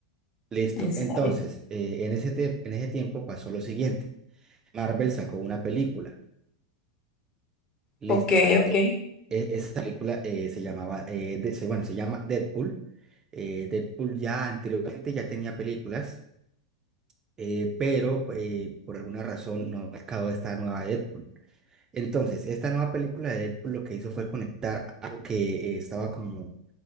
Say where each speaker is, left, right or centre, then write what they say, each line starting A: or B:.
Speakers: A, on the right (about 25°); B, on the left (about 35°).
A: Listo.
B: en serio.
A: Entonces, eh, en ese, te- en ese tiempo pasó lo siguiente. Marvel sacó una película. Listo.
B: Ok,
A: eh,
B: ok.
A: eh, e- esa película eh, se llamaba, eh, de- se- bueno, se llama Deadpool. Eh, Deadpool ya anteriormente ya tenía películas, eh, pero eh, por alguna razón no ha sacado esta nueva Deadpool. Entonces, esta nueva película de Deadpool lo que hizo fue conectar algo que eh, estaba como